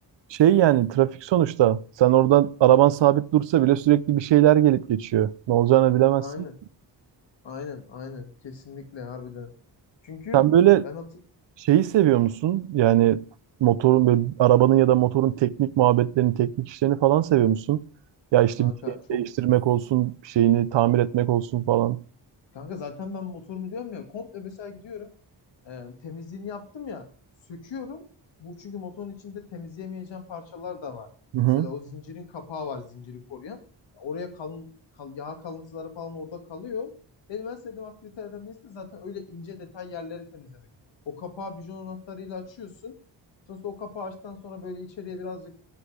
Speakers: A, on the right; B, on the left.
A: Şey yani trafik sonuçta. Sen oradan araban sabit dursa bile sürekli bir şeyler gelip geçiyor. Ne olacağını bilemezsin.
B: Aynen. Aynen. Aynen. Kesinlikle harbiden. Çünkü
A: Sen böyle
B: ben hatır...
A: şeyi seviyor
B: Hı,
A: musun? Yani motorun böyle arabanın ya da motorun teknik muhabbetlerini, teknik işlerini falan seviyor musun? Ya işte
B: Kanka
A: bir şeyini
B: çok
A: değiştirmek olsun, bir şeyini tamir etmek olsun falan.
B: Kanka zaten ben motorumu diyorum ya komple mesela gidiyorum. E, temizliğini yaptım ya söküyorum. Bu çünkü motorun içinde temizleyemeyeceğim parçalar da var.
A: Hı hı.
B: Mesela o zincirin kapağı var zinciri koruyan. Oraya kalın, kal- yağ kalıntıları falan orada kalıyor. Benim en sevdiğim aktivitelerden birisi de zaten öyle ince detay yerleri temizlemek. O kapağı bijon anahtarıyla açıyorsun. Sonrasında o kapağı açtıktan sonra böyle içeriye birazcık